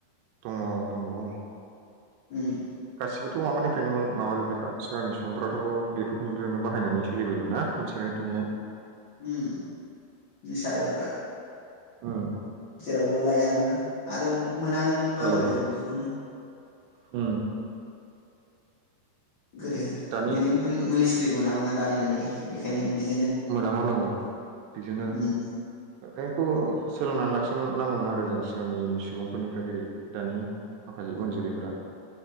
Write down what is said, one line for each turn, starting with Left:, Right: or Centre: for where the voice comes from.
Right: दङ दंबावो
Left: उम
Right: गासिबोथ' माबानिफ्रायनो माबाजोबनायखा सिगांनि सुबुंफोरा्राथ' बेफोरखौ जजोंनो बाहायनानै सोलिबोयोमोन ना मिथिंगानि फेमनाय
Left: उम नेसारेलब्रा
Right: अ
Left: जेरावबो लायामोन ना आरो मोनानोमोनबा
Right: औ
Left: गोदो बिदिखौनो
Right: उम
Left: गोदो
Right: दानि
Left: बिदि मुलि सुलि मोनामोना दानि बायदि बेखायनो बिदि
Right: मोनामोन अ बिजोंनो
Left: उम
Right: एक सोलोंनानै लाखि नांगौमोन आरो जों सिगांनि सुबुंफोरनिफ्राय ओरै दानि माखासे उन जोलैफोरा